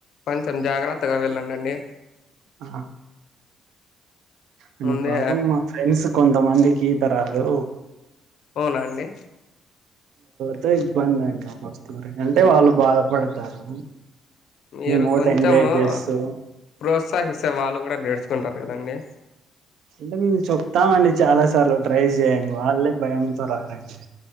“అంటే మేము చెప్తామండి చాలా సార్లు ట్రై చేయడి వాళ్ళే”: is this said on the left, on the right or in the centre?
Right